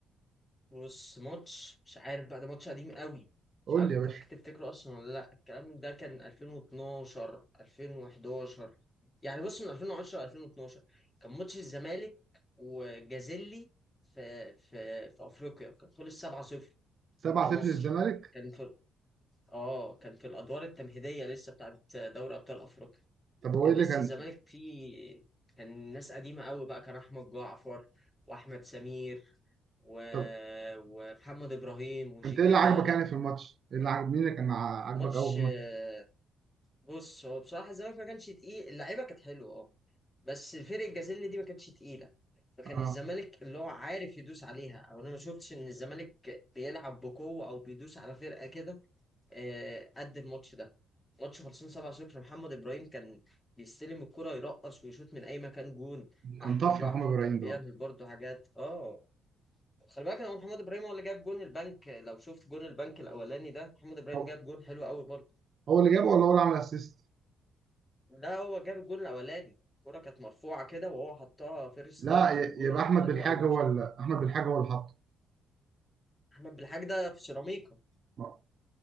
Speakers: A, on the left; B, on the right.
A: بص ماتش مش عارف بقى ده ماتش قديم قوي
B: قول
A: مش عارف
B: لي يا
A: انت
B: باشا
A: ممكن تفتكره اصلا ولا لا الكلام ده كان 2012 2011 يعني بص من 2010 ل 2012 كان ماتش الزمالك وجازيلي في في في افريقيا كان خلص 7-0
B: 7-0
A: في مصر
B: للزمالك
A: كان في اه كان في الادوار التمهيديه لسه بتاعت دوري ابطال افريقيا
B: طب هو
A: كان
B: ايه اللي
A: لسه
B: كان
A: الزمالك فيه كان ناس قديمة قوي بقى كان أحمد جعفر وأحمد سمير و...
B: طب
A: ومحمد إبراهيم وشيكابالا
B: انت ايه اللي عاجبك يعني في الماتش؟ ايه اللي عاجب مين اللي كان ع- عاجبك
A: ماتش
B: قوي في الماتش؟
A: آه، بص هو بصراحة الزمالك ما كانش تقيل اللعيبة كانت حلوة اه بس فرق الجازيل دي ما كانتش تقيلة فكان
B: اه
A: الزمالك اللي هو عارف يدوس عليها أو أنا ما شفتش إن الزمالك بيلعب بقوة أو بيدوس على فرقة كده آه، قد الماتش ده ماتش خلصان 7-0 محمد ابراهيم كان بيستلم الكرة يرقص ويشوط من اي مكان جون
B: كان
A: احمد
B: طفره
A: جعفر
B: محمد ابراهيم
A: كان بيعمل
B: ده برضه
A: برضه حاجات اه خلي بالك هو محمد ابراهيم هو اللي جاب جون البنك لو شفت جون البنك الاولاني ده محمد ابراهيم
B: هو
A: جاب جون حلو قوي برضه
B: هو اللي جابه ولا هو اللي عمل اسيست؟
A: لا هو جاب الجون الاولاني الكرة كانت مرفوعة كده وهو حطها فيرست
B: لا
A: تايم
B: ي-
A: في الجون
B: يبقى احمد
A: حلو
B: بالحاج
A: قوي
B: هو
A: بصراحة
B: اللي احمد بالحاج هو اللي حطه
A: احمد بالحاج ده في سيراميكا
B: آه.